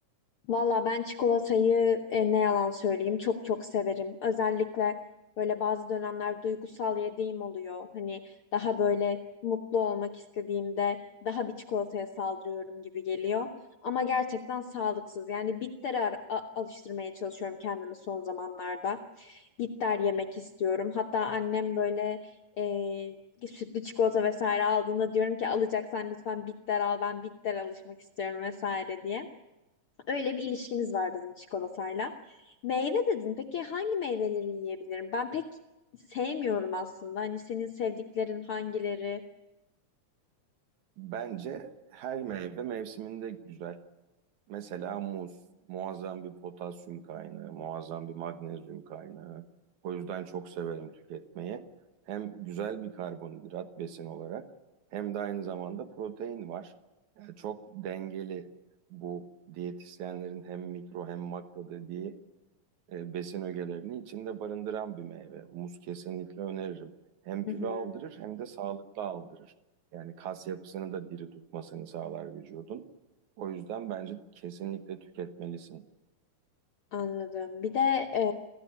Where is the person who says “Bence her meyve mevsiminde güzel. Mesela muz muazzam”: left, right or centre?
Right